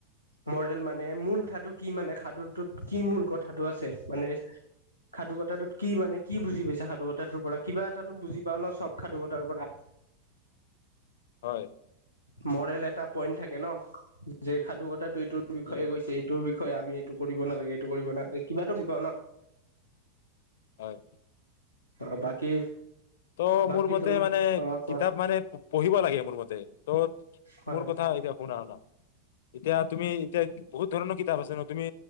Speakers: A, on the right (about 85°); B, on the left (about 55°).
A: মৰেল মানে মূল কথাটো কি মানে সাধুটোত কি মূল কথাটো আছে মানে সাধুকথাটোত কি মানে কি বুজি পাইছা সাধু কথাটোৰ পৰা কিবা এটা তো বুজি পাও ন চব সাধুকথাৰ পৰা।
B: হয়।
A: মৰেল এটা পইন্ট থাকে ন। ক ট <unintelligible> এইটো বিষয়ে
B: উম
A: গৈছে এইটোৰ বিষয়ে আমি। এইটো কৰিব নালাগে এইটো কৰিব নালাগে কিবা এটা বুজি পাওঁ ন।
B: হয়।
A: অ' বাকী
B: ত'
A: বাকী
B: মোৰ মতে
A: তুম
B: মানে,
A: অ কোৱা
B: কিতাপ মানে পঢ়িব লাগে মোৰ মতে। ত'
A: হয়
B: মোৰ কথা এতিয়া শুনা শুনা। এতিয়া তুমি এতিয়া বহুত ধৰণৰ কিতাপ আছে ন' তুমি